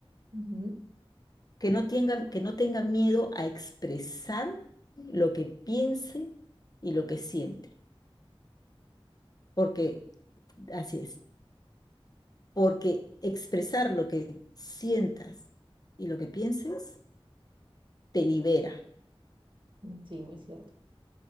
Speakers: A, on the right; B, on the left.
A: Ujú,
B: Que no tenga, que no tenga miedo a expresar lo que piense y lo que siente. Porque, así es, porque expresar lo que sientas y lo que pienses te libera,
A: ujú. Sí, muy cierto.